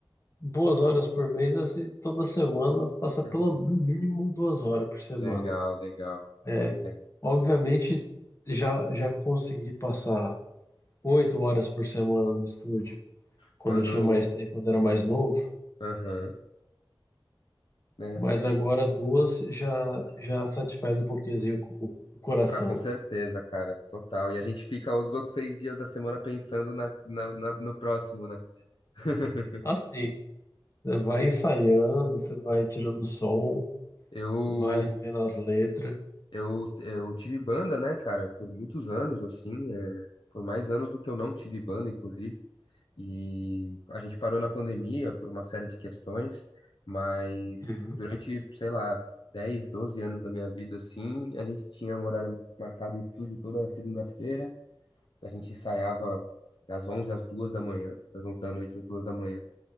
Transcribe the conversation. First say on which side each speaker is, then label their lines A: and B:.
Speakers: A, on the left; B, on the left.
A: boas horas por mês, assim, toda semana passa pelo
B: Uhum.
A: mínimo duas horas por semana.
B: Legal, legal.
A: É,
B: É.
A: obviamente, já, já consegui passar oito horas por semana no estúdio, quando
B: Quando.
A: eu tinha mais tempo, quando era mais novo,
B: Aham, né?
A: mas agora duas já, já satisfaz um pouquinhozinho o, o coração.
B: Ah, com certeza, cara, total. E a gente fica os outros seis dias da semana pensando na, na, na- no próximo, né? <laughs>
A: Assim, né, vai ensaiando, você vai tirando o som,
B: Eu,
A: vai vendo as letras.
B: eu, eu tive banda, né, cara, por muitos anos, assim, é, por mais anos do que eu não tive banda, inclusive. E a gente parou na pandemia por uma série de questões, mas
A: Uhum.
B: durante, sei lá, 10 12 anos da minha vida, assim, a gente tinha um horário marcado em estúdio toda segunda-feira. A gente ensaiava das 11 às 2 da manhã, das 11 da noite às 2 da manhã.